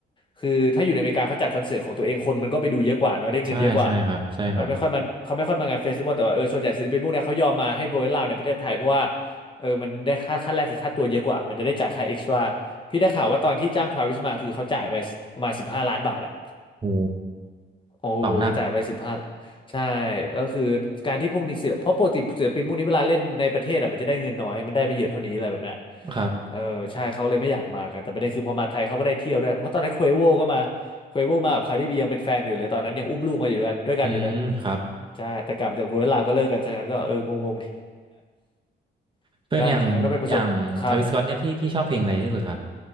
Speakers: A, on the left; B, on the right.
A: คือถ้าอยู่ในอเมริกาเขาจัดคอนเสิร์ตของตัวเองคนมันก็ไปดูเยอะกว่าเนาะได้เงินเยอะกว่า
B: ใช่ใช่ครับใช่ครับ
A: เขาไม่ค่อยมาเขาไม่ค่อยมางานเฟสติวัลแต่ว่าเออส่วนใหญ่ศิลปินพวกเนี้ยเขายอมมาให้โรยลาวในประเทศไทยเพราะว่าเออมันได้ค่าค่าแรกคือค่าตัวเยอะกว่ามันจะได้จ่ายค่าเอ็กซ์ตร้าพี่ได้ข่าวว่าตอนที่จ้างทราวิสมาคือเขาจ่ายไปประมาณสิบห้าล้านบาทอะ
B: โอ้
A: โอ้
B: เป่าหนัก
A: จ่ายไปสิบห้าใช่ก็คือการที่พวกนี้ศิลปเพราะปกติศิลปินพวกนี้เวลาเล่นในประเทศอ่ะมันจะได้เงินน้อยมันได้ไม่เยอะเท่านี้อะไรแบบเนี้ย
B: ครับ
A: เออใช่เขาเลยไม่อยากมากันแต่ประเด็นคือพอมาไทยเขาก็ได้เที่ยวด้วยเพราะตอนนั้นเควโวก็มาเควโวมากับคาร์ดิบียังเป็นแฟนกันอยู่เลยตอนนั้นยังอุ้มลูกมาอยู่กันด้วยกันอยู่เลย
B: อืมครับ
A: ใช่แต่กลับมาจากเวอร์ลลาวก็เลิกกันฉะนั้นก็เอองงๆ <laughs>
B: เพื่ออย่างอย่างทาวิสก
A: ใช่ใช่ก็เป็นประสบครับ
B: o อตเนี่ยพี่พี่ชอบเพลงอะไรที่สุดครับ